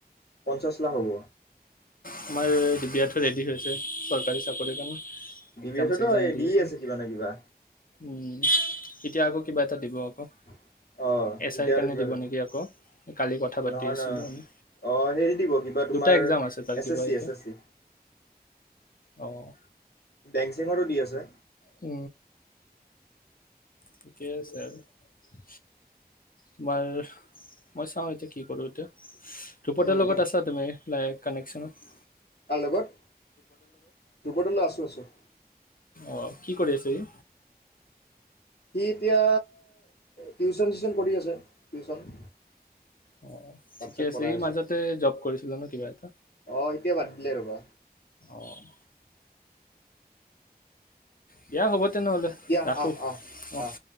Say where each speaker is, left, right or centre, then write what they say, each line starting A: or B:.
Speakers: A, on the left; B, on the left.
A: পঞ্চাছ লাখ হ'ব।
B: তোমাৰ দিব্যাৰ্থ ৰেডি হৈছে চৰকাৰী চাকৰিৰ কাৰণে।
A: ডি
B: এক্জাম
A: বি এডতো
B: চেগজাম দিয়ে
A: দি
B: চোন
A: আছে কিবা নে কিবা
B: উম এতিয়া আকৌ কিবা এটা দিব আকৌ।
A: আহ
B: এছ
A: এতিয়া
B: আইৰ কাৰণে
A: আৰু কিবা
B: দিব
A: এটা দিব।
B: নেকি আকৌ কালি কথা পাতি
A: নহয়
B: আছিলোঁ
A: নহয়
B: আমি
A: অ হেৰি দিব কিবা তোমাৰ
B: দুটা এক্সাম আছে তাৰ
A: এছ
B: কিবা
A: এছ চি
B: এতিয়া
A: এছ এছ চি,
B: অ'
A: বেংক-চেংকতো দি আছে।
B: উ ঠিকেই আছে, আৰু তোমাৰ মই চাওঁ এতিয়া কি কৰো এতিয়া। ধূপদৰ
A: উম,
B: লগত আছা তুমি? লাইন কানেকশচনত
A: তাৰ লগত, ধ্ৰুপদলৈ আছোঁ আছোঁ।
B: আহ কি কৰি আছে ই
A: সি এতিয়া টিউচন চিউচন কৰি আছে। টিউচন
B: অ',
A: বাচ্ছাক
B: ঠিকে আছে
A: পঢ়াই
B: সি মাজতে জব কৰিছিলে ন কিবা এটা
A: অ', এতিয়া বাদ দিলে ৰ'বা
B: অ'। দিয়া হ'ব। তেনেহ'লে
A: দিয়া
B: ৰাখোঁ
A: আহ, আহ,
B: অঁ
A: আহ।